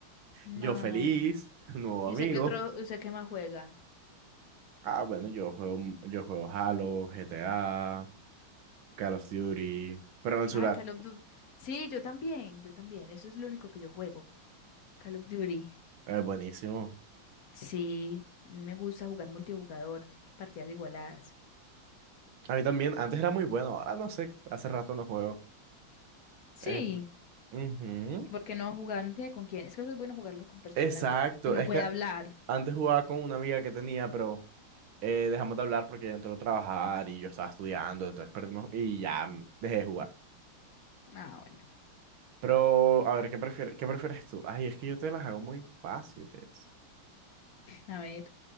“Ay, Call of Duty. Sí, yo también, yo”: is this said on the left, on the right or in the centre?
Left